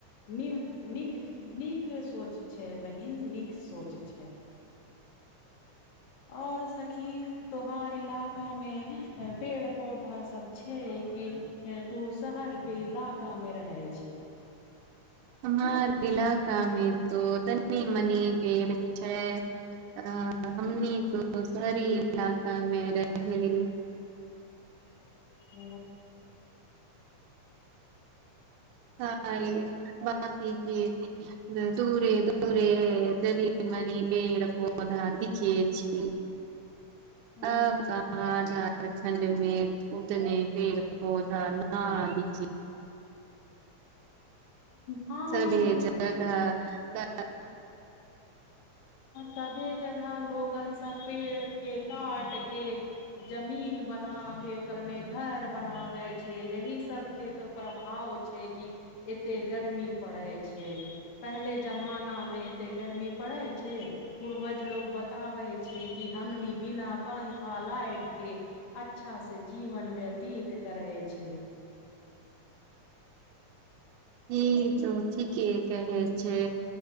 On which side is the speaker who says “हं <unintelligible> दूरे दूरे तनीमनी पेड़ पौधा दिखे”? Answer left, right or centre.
Right